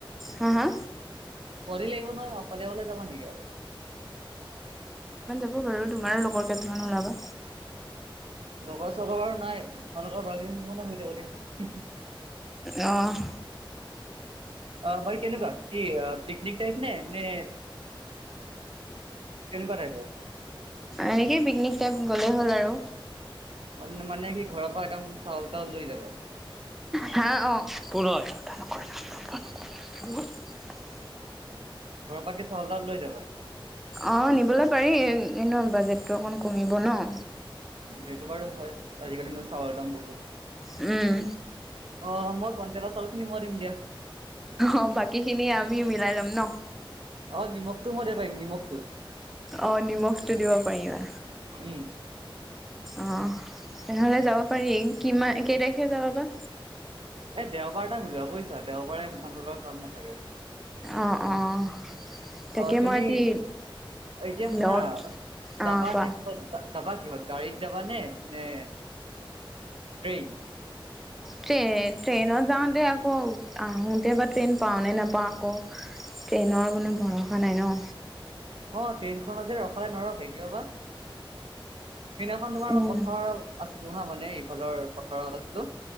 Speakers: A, in the centre; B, on the right.
A: হা হা।
B: পৰি লাগিব হয় আৰু কলিয়াবৰলে যাবা নিকি আৰু।
A: হ'ব বাৰু, তোমাৰো লগৰ কেইটামান ওলাবা।
B: লগৰ চগৰ বাৰু নাই, তোমালোকৰ ল'ৰা কেইজনী থাকিব নহয়, হৈ যাব দিয়া।
A: অহ'।
B: অহ' মই কেনেকুৱা কি অহ, পিকনিক টাইপ নে? নে কেনেকুৱা টাইপৰ?
A: এনেকেই পিকনিক টাইপ, গ'লেই হ'ল আৰু।
B: মানে- মানে কি ঘৰৰ পৰা একদম চাউল-তাউল লৈ যাবা?
A: হা অ' পুৰ হয় <unintelligible>
B: ঘৰৰ পৰা কি চাউল - তাউল লৈ যাবা?
A: অ' নিবলে পাৰি। এনেও বাজেটটো অকণ কমিব ন'।
B: সেইটো বাৰু হয়। আজিকালিনো চাউলৰ দাম বহুত।
A: উম।
B: অ' মই কন্টেলৰ চাউলখিনি মই দিম দিয়া।
A: অ' বাকীখিনি আমি মিলাই লম ন'।
B: অ' নিমখটো মই দিব পাৰিম, নিমখটো।
A: অ' নিমখটো দিব পাৰিবা,
B: উম
A: অ'। তেনেহ'লে যাব পাৰিং, কিমা কেই তাৰিখে যাবা বা?
B: এ দেওবাৰটা মিলোৱা বুজিছা, দেওবাৰে মানুহ লগত কাম নাথাকে।
A: অ' অ' তাকে
B: অ
A: মই
B: তুমি
A: আজি,
B: এতিয়া শুনা,
A: লগ
B: যাবা
A: অ কোৱা
B: যে কিহত যাবা কিহত? গাড়ীত যাবা নে? নে ট্ৰেইন।
A: ট্ৰেইন ট্ৰেইনত যাওঁতে আকৌ, আহোঁতে বা ট্ৰেইন পাওঁ নে নেপাওঁ আকৌ। ট্ৰেইনৰ কোনো ভৰসা নাই ন।
B: অ', ট্ৰেইনখনযে ৰখালে নৰখে, কিয় বা? সেইদিনাখন তোমাৰ,
A: উম
B: পথাৰত আছিলো হা, মানে ইফালৰ পথাৰত আছিলো।